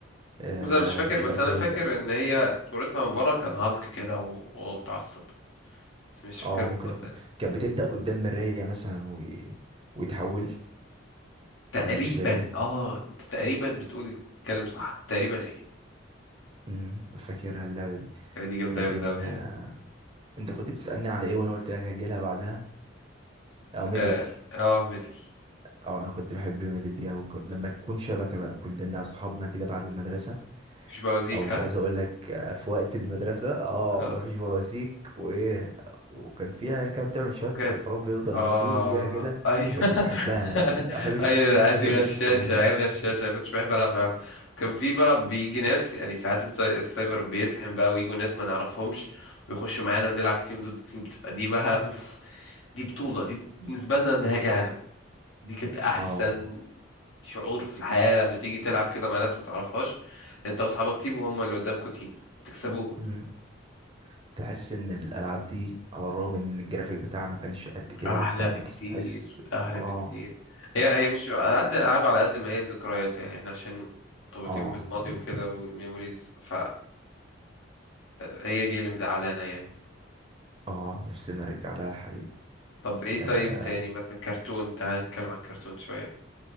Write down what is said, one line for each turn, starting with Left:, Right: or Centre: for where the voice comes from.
Right: آه
Left: بس انا مش فاكر
Right: مش
Left: بس
Right: عارف
Left: انا
Right: هي
Left: فاكر
Right: ولا لأ.
Left: ان هي صورتها من بره كان هالك كده و- وهو متعصب بس مش فاكر
Right: اه
Left: بالظبط
Right: ممكن اكون
Left: لا.
Right: كانت بتبدا قدام مرايه مثلا و... ويتحول
Left: تقريبا
Right: ولا مش هي دي
Left: اه انت تقريبا بتقول الكلام صح تقريبا هي
Right: امم فاكرها اللعبه دي
Left: اللعبه دي جامده
Right: لكن
Left: جامده قوي
Right: آه
Left: يعني
Right: انت كنت بتسالني على ايه وانا قلت لك هجيلها بعدها او ميدل
Left: اه آه، ميدل
Right: اه انا كنت بحب ميدل دي او كن... لما تكون شبكه بقى كلنا اصحابنا كده بعد المدرسه
Left: مش بوازيك
Right: او مش
Left: ها
Right: عايز اقول لك آه، في وقت المدرسه اه
Left: خلاص.
Right: مفيش بواسيك وايه وكان في عيال كده بتعمل شويه
Left: وكان
Right: شفرات بيفضل
Left: اه
Right: نطير بيها كده
Left: ايوه <laughs>
Right: كنتش بحبها انا دي ما بحبش
Left: ايوه
Right: كنتش
Left: العيال
Right: بحب
Left: دي غشاشة
Right: الشفرات دي
Left: عيال غشاشة أنا كنتش بحب العب معاهم كان في بقى بيجي ناس يعني ساعات الساي- السايبر بيزحم بقى ويجوا ناس ما نعرفهمش ويخشوا معانا ونلعب تيم ضد تيم بتبقى دي بقى اوف دي بطولة دي بالنسبة لنا نهائي عالم دي كانت احسن
Right: اه
Left: شعور في الحياة لما تيجي تلعب كده مع ناس ما تعرفهاش انت واصحابك تيم وهم اللي قدامكوا تيم وتكسبوهم
Right: مم. تحس ان الالعاب دي على الرغم ان الجرافيك بتاعها ما كانش قد كده
Left: احلى
Right: وبتاع
Left: بكتير
Right: بس تحس
Left: احلى
Right: اه
Left: بكتير هي هي مش على قد العاب على قد ما هي ذكريات يعني احنا عشان مرتبطين
Right: اه
Left: بالماضي
Right: يمكن
Left: وكده والميموريز فهي هي دي اللي مزعلانا يعني
Right: اه نفسي نرجع لها الحقيقه
Left: طب ايه
Right: آه
Left: طيب تاني مثلا كرتون تعال نتكلم عن الكرتون شوية